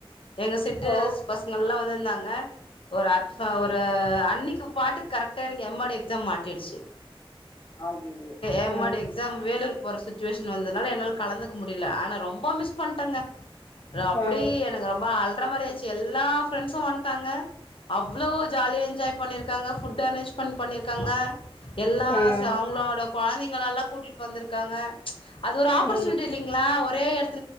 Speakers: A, on the left (about 65°); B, on the left (about 35°).
A: எங்க செட்டு
B: ஓ
A: பசங்கள்லாம் வந்துருந்தாங்க ஒரு அட்ரா
B: ம்
A: ஒரு அன்னைக்கு பாட்டு கரெக்டா எனக்கு எம்மாடி எக்ஸாம் மாட்டிடுச்சு
B: அய்யய்யோ
A: எம்
B: ம்
A: எடு எக்ஸாம் வேலைக்கு போற சுத்தி சுச்சுவேஷன் வந்தனால என்னால் கலந்துக்க முடியல ஆனால் ரொம்ப மிஸ் மிஸ் பண்ணட்டங்க அப்படி
B: ம் ஆ
A: எனக்கு ரொம்ப அல்ற மாதிரி ஆச்சு எல்லா பிரண்ட்ஸ்சும் வட்டாங்க அவ்வளோ ஜாலிய என்ஜாய் பண்ணியிருக்காங்க ஃபுட்டு அரேஞ் பண்ணிருக்காங்க எல்லா
B: ம்
A: சா அவங்களோட குழந்தைங்களல்லாம் கூட்டிட்டு வந்துருக்காங்க அது ஒரு ஆப்பர்சுனிட்டி
B: ம்
A: இல்லைங்களா ஒரே இடத்து